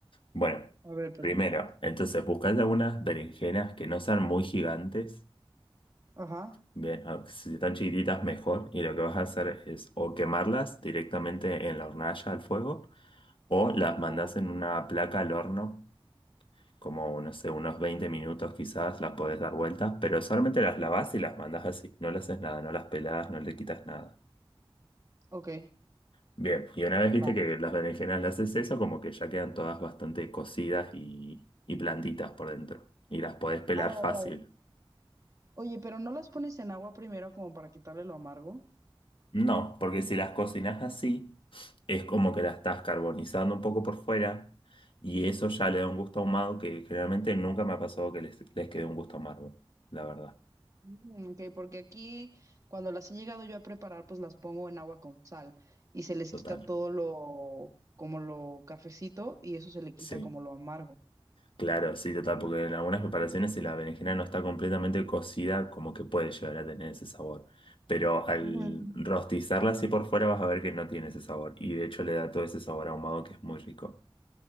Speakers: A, on the left; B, on the right.
A: Bueno,
B: A ver, perfecto.
A: primero, entonces buscás algunas berenjenas que no sean muy gigantes,
B: Ajá,
A: bien, a- si están chiquititas mejor y lo que vas a hacer es o quemarlas directamente en la hornalla al fuego o las mandas
B: Ah,
A: en una placa al horno, como no sé, unos 20 minutos quizás las podés dar vueltas, pero solamente las lavas y las mandas así, no le haces nada, no las peladas no le quitas nada.
B: ok.
A: Bien, y una vez viste
B: va.
A: que las berenjenas las haces eso, como que ya quedan todas bastante cocidas y, y blanditas por dentro. Y las podés pelar
B: A ver,
A: fácil.
B: a ver, a ver. Oye, pero ¿no las pones en agua primero como para quitarle lo amargo?
A: No, porque si las cocinas así, es como que las estás carbonizando un poco por fuera y eso ya le da un gusto ahumado que generalmente nunca me ha pasado que les, les quede un gusto amargo, la verdad.
B: Mm, ok, porque aquí cuando las he llegado yo a preparar, pues las pongo en agua con sal y se les
A: Total.
B: quita todo lo, como lo cafecito y eso se le quita
A: Sí.
B: como lo amargo.
A: Claro, sí, total, porque en algunas preparaciones si la berenjena no está completamente cocida, como que puede llegar a tener ese sabor. Pero al
B: Ujú.
A: rostizarla así por fuera vas a ver que no tiene ese sabor. Y de hecho le da todo ese sabor ahumado que es muy rico.